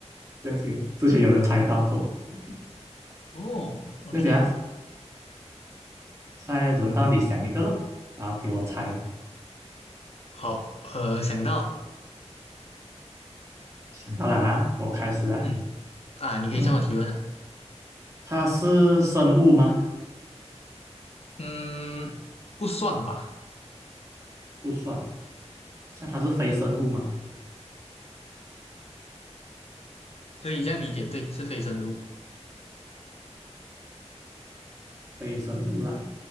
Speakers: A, on the right (about 25°); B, on the left (about 60°).
A: 对不起，之前有人猜到过，OK，
B: 哦，OK，
A: 对不起啊，再轮到你想一个咯，然后给我猜，
B: 好，呃，想到，
A: 想到了啊，我开始啊，
B: 嗯，啊，你可以向我提问了，
A: 嗯，它是生物吗？
B: 嗯，不算吧，
A: 不算，像它是非生物吗？
B: 可以这样理解，对，是非生物，
A: 非生物啦，